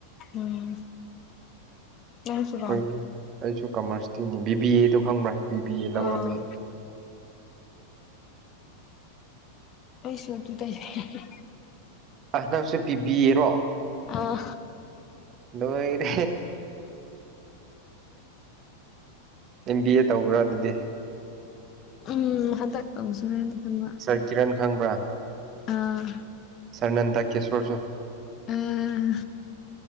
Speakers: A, on the left; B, on the right.
A: ꯎꯝ ꯅꯪꯁꯨꯔꯣ
B: ꯍꯣꯏ ꯑꯩꯁꯨ ꯀꯃ꯭ꯔꯁꯇꯤꯅꯤ ꯕꯤꯕꯤ ꯑꯦꯗꯣ ꯈꯪꯕ꯭ꯔꯥ ꯕꯤ ꯕꯤ ꯑꯦ ꯂꯧꯔꯝꯃꯦ
A: ꯑꯥ ꯑꯩꯩꯁꯨ ꯑꯗꯨꯗꯩꯅꯦ
B: ꯑꯩ ꯅꯪꯁꯨ ꯄꯤꯕꯤꯌꯦꯔꯣ
A: ꯑꯥ
B: ꯅꯣꯏꯔꯦꯍꯦ ꯑꯦꯝ ꯕꯤ ꯑꯦ ꯇꯧꯕ꯭ꯔꯥ ꯑꯗꯨꯗꯤ
A: ꯎꯝ ꯍꯟꯇꯛ ꯇꯧꯁꯤꯔꯅ ꯈꯟꯕ
B: ꯁꯥꯔ ꯀꯤꯔꯟ ꯈꯪꯕ꯭ꯔꯥ
A: ꯑꯥ
B: ꯁꯥꯔ ꯅꯟꯗ ꯀꯦꯁꯣꯔꯁꯨ
A: ꯑꯥ